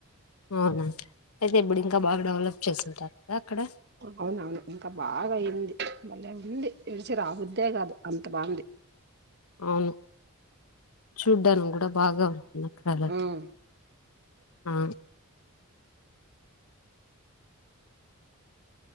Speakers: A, on the left; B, on the right.
A: అవునండి అయితే ఇప్పుడు ఇంకా బాగా డెవలప్ చేసింటారు కదా అక్కడ
B: అవునవును ఇంకా బాగా అయింది బాలే ఉంది విడిచి రాబుద్దే కాదు అంత బాగుంది
A: అవును చూడ్డానికి కూడా బాగా ఉంటుంది నా కళ
B: ఉమ్,
A: ఆ